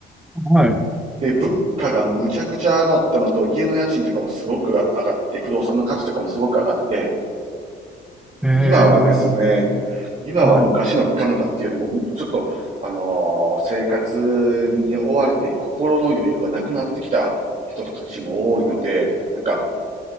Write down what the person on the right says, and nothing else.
で、物価がむちゃくちゃ上がったのと、家の家賃とかもすごく上がって、不動産の価値とかもすごく上がって、
今はですね、今は昔のカナダっていうよりも、
ちょっと、あのー生活に追われて心の余裕がなくなってきた人たちも多いので、なんか、